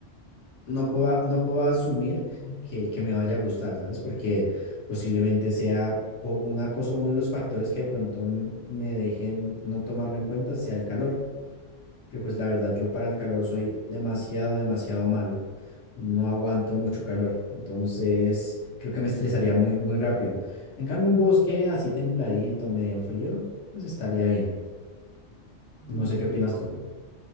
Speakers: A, on the left; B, on the right.
A: no puedo, no puedo asumir que, que me vaya a gustar, ¿sabes? Porque posiblemente sea po- una cosa, uno de los factores que de pronto m- me dejen no tomarlo en cuenta sea el calor. Pero pues la verdad, yo para el calor soy demasiado, demasiado malo. No aguanto mucho calor. Entonces, creo que me estresaría muy, muy rápido. En cambio, un bosque así templadito, medio frío, pues estaría bien.
B: Mm,
A: No sé qué opinas
B: ya,
A: tú.
B: bueno,